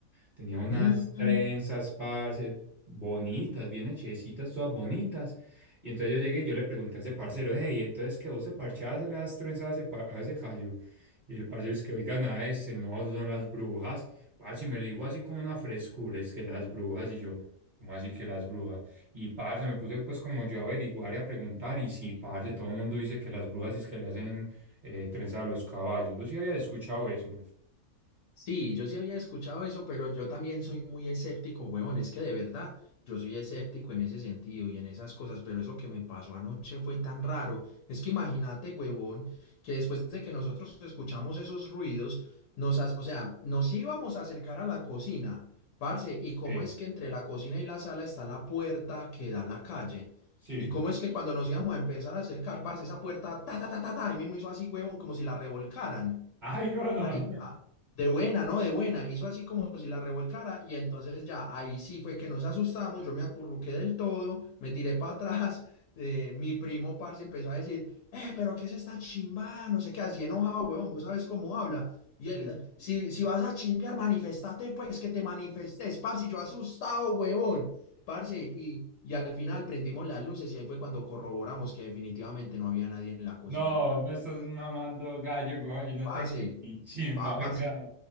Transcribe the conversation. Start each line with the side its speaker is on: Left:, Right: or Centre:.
Right: Tenía unas
Left: Mm.
Right: trenzas, parce, bonitas, bien hechecitas, todas bonitas. Y entonces yo llegué y yo le pregunté a ese parcero, hey, entonces que vos se parchás le das trenzas a ese, pa- a ese callo. Y el parcero es que, oiga, nada, este, no, eso son las brujas. Parce, y me lo dijo así con una frescura, es que las brujas. Y yo, ¿cómo así que las brujas? Y parce, me puse pues como yo a averiguar y a preguntar. Y sí, parce, todo el mundo dice que las brujas es que le hacen eh, trenzas a los caballos. Yo sí había escuchado eso.
Left: Sí, yo sí había escuchado eso, pero yo también soy muy escéptico, huevón. Es que de verdad, yo soy escéptico en ese sentido y en esas cosas, pero eso que me pasó anoche fue tan raro. Es que imagínate, huevón, que después de que nosotros escuchamos esos ruidos, nos, as- o sea, nos íbamos a acercar a la cocina, parce, y cómo
Right: Sí,
Left: es que entre la cocina y la sala está la puerta que da a la calle.
Right: sí.
Left: Y cómo es que cuando nos íbamos a empezar a acercar, parce, esa puerta, ta, ta, ta, ta, ta, ahí mismo hizo así, huevón, como si la revolcaran.
Right: Ay, bueno.
Left: Marica, de buena, ¿no? De buena. Hizo así como si la revolcara y entonces ya ahí sí fue que nos asustamos, yo me acurruqué del todo, me tiré para atrás, <laughs> eh, mi primo parce empezó a decir, eh, pero ¿qué es esta chimbada? No sé qué, así enojado, huevón, vos sabes cómo habla. Y él,
Right: Sí.
Left: "Eh, si, si vas a chingar, manifestate, pues que te manifestes, parce, yo asustado, huevón, parce. Y, y al final prendimos las luces y ahí fue cuando corroboramos que definitivamente no había nadie en la cocina,
Right: No,
Left: huevón.
Right: me estás mamando gallo, weón. Yo no
Left: Parce.
Right: te creo ni chimba,
Left: Parce,
Right: oiga.